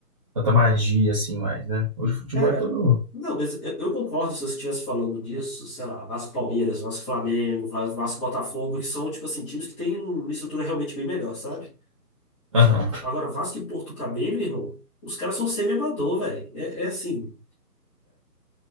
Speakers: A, on the right; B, in the centre.
A: tanta magia assim mais, né? Hoje o futebol
B: Cara,
A: é todo.
B: não, mas eu, eu concordo se você estivesse falando disso, sei lá, Vasco Palmeiras, Vasco Flamengo, Va- Vasco Botafogo, que são, tipo assim, times que têm uma estrutura realmente bem melhor, sabe?
A: Aham.
B: Agora, Vasco e Porto Cabelo, irmão, os caras são semi-amador, velho. É, é assim,